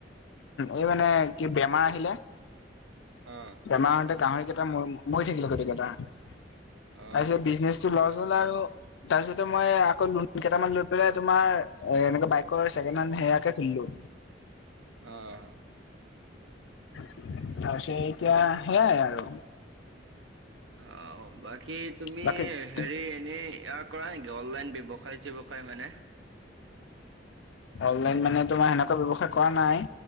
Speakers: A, on the left (about 75°); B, on the right (about 75°).
A: এই মানে কি বেমাৰ আহিলে
B: অ
A: বেমাৰ আহোতে গাহৰি কেইটা ম মৰি থাকিলে গোতেইকেইটা তাৰপিছত
B: অ
A: বিজনেছ চো লছ হল আৰু তাৰপিছতে মই আকৌ লোন কেইটামান লৈ পেলাই তোমাৰ এ এনেকে বাইকৰ চছেকেণ্ড হেণ্ড সেয়াকে খুলিলো
B: অ
A: তাৰছত এতিয়া সেইয়াই আৰু
B: অ বাকী তুমিহ
A: বাকী
B: হেৰি এনেই ইয়া কৰা নেকি অনলাইন ব্যৱসায় চেৱসায় মানে
A: অনলাইন মানে তোমাৰ সেনেকুৱা ব্যৱসায় কৰা নাই।